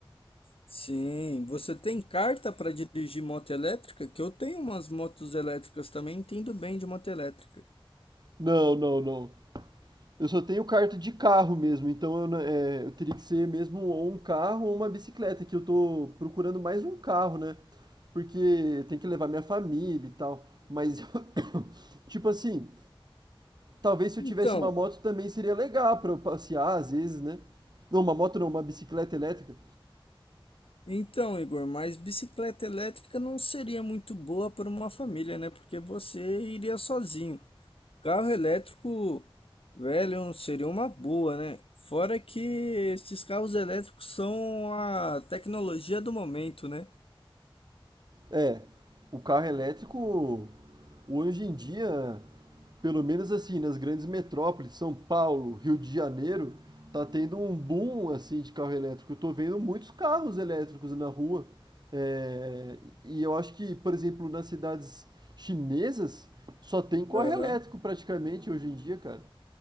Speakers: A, on the left; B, on the right.
A: Sim, você tem carta para dirigir moto elétrica? Que eu tenho umas motos elétricas também, entendo bem de moto elétrica.
B: Não, não, não. Eu só tenho carta de carro mesmo, então eu, não- é, eu teria que ser mesmo ou um carro ou uma bicicleta, que eu tô procurando mais um carro, né? Porque tem que levar minha família e tal. Mas, <coughs> tipo assim, talvez se eu
A: Então,
B: tivesse uma moto também seria legal pra eu passear às vezes, né? Não, uma moto não, uma bicicleta elétrica.
A: Então, Igor, mas bicicleta elétrica não seria muito boa para uma família, né? Porque você iria sozinho. Carro elétrico, velho, seria uma boa, né? Fora que esses carros elétricos são a tecnologia do momento, né?
B: É, o carro elétrico hoje em dia, pelo menos assim, nas grandes metrópoles, São Paulo, Rio de Janeiro, tá tendo um boom assim de carro elétrico. Eu tô vendo muitos carros elétricos na rua. É, e eu acho que, por exemplo, nas cidades chinesas, só tem carro
A: Aham.
B: elétrico praticamente hoje em dia, cara.